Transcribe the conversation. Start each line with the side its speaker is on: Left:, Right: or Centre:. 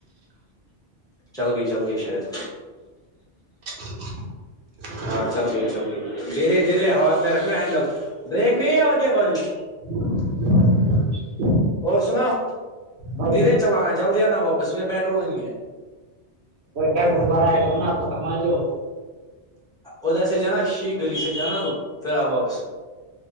Centre: چل گئی چل گئی شاید
Right: <unintelligible>
Centre: ہاں چل گئی چل گئی دھیرے دھیرے ہاتھ میں رکھنا ہینڈل بریک نہیں ہے آگے والی
Right: <inaudible>
Centre: اور سنا
Right: بس
Centre: دھیرے چلانا جلدی آنا واپس میں پیٹرول ہی نہیں ہے
Right: کوئی پٹرول بھر ہے کروں نا آپ تو کم میں ج
Centre: ادھر سے جانا شی گلی سے جانا تو پھر آ واپس